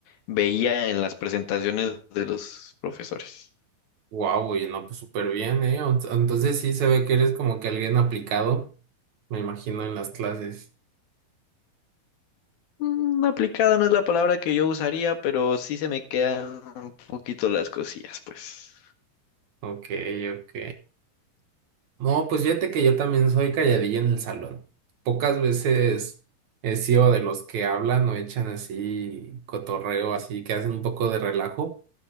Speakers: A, on the left; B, on the right.
A: veía en las presentaciones de los profesores.
B: Wow, oye, no, pues súper bien, ¿eh? O- Entonces sí se ve que eres como que alguien aplicado, me imagino, en las clases.
A: Mm, aplicada no es la palabra que yo usaría, pero sí se me quedan un poquito las cosillas, pues.
B: Ok, ok. No, pues fíjate que yo también soy calladilla en el salón. Pocas veces he sido de los que hablan o echan así cotorreo, así que hacen un poco de relajo.